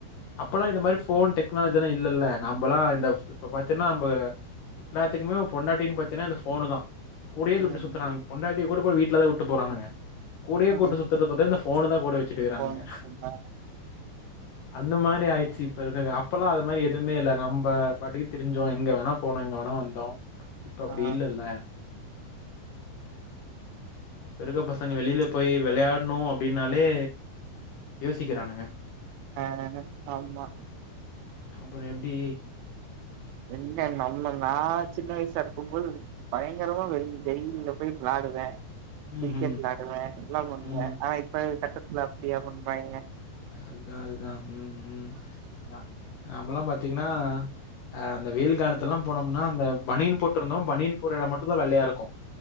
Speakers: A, on the left; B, on the right.
A: அப்பெல்லா இந்த மாதிரி போன் டெக்னாலஜி எல்லா இல்லல்ல நம்மலா இந்த இப்ப பாத்தீன்னா நம்ம எல்லாத்துக்குமே பொண்டாட்டின்னு பாத்தீனா இந்த போனுதா கூடயே த
B: ம்
A: விட்டு சுத்துறான் பொண்டாட்டி <unintelligible> வீடு ல த விட்டு போறானுங்க கூடயே
B: ம்
A: கூட்டு சுத்துறது பாத்தா இந்த போனுதா கூட வெச்சுட்டுக்கிறானுங்க
B: ஃபோன் மட்டுந்தா
A: அந்த மாரி ஆயிடுச்சு இப்ப இருக்க அப்பெல்லா அது மாரி எதுமே இல்ல் நம்ப பாட்டுக்கு திரிஞ்சோ எங்க வேணா போனங்கனோ வந்தோ இப்ப அப்படி
B: ஆ
A: இல்லல்ல இப்ப இருக்க பசங்க வெளியில போய் விளையாடணூ அப்படின்னாலே யோசிக்கிறானுக
B: ஆஹ் ஆமா
A: அப்புறம் எப்படி
B: என்ன நம்ம நா சின்ன வயசா இருக்கும் போது பயங்கரமா வெளி வெயில்ல போய் வெளாடுவே
A: ம்
B: கிரிக்கெட்
A: ம்
B: வெளாடுவேன் எல்லாம் பண்ணுவே
A: ம்
B: ஆனா இப்ப இருக்க கட்டத்துல ப்டியா பண்றாங்க
A: அதா அதுதா ம் ம் ந நம்மல்லா பாத்தீங்னா ஆ அந்த வெயில் காலத்துலலா போனம்னா அந்த பனின் போட்ருந்தோ பனின் போற எடம் மட்டுந்தா வெள்ளயா இருக்கு